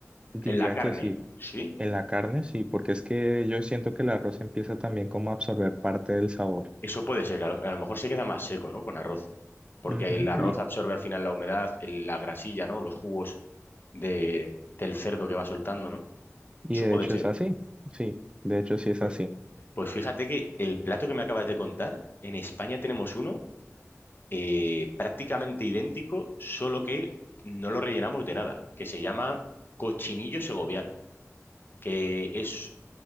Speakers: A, on the right (about 20°); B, on the left (about 40°).
A: Diría
B: En la carne,
A: que sí.
B: ¿sí?
A: En la carne sí, porque es que yo siento que el arroz empieza también como a absorber parte del sabor.
B: Eso puede ser. A, a lo mejor se queda más seco, ¿no? Con arroz. Porque
A: Ujú,
B: el arroz
A: Y,
B: absorbe al final la humedad, el- la grasilla, ¿no? Los jugos de, del cerdo que va soltando, ¿no?
A: y
B: Eso
A: de
B: puede
A: hecho
B: ser.
A: es así, sí, de hecho sí es
B: Pues,
A: así,
B: pues fíjate que el plato que me acabas de contar, en España tenemos uno. eh, prácticamente idéntico, solo que no lo rellenamos de nada, que se llama cochinillo segoviano, que es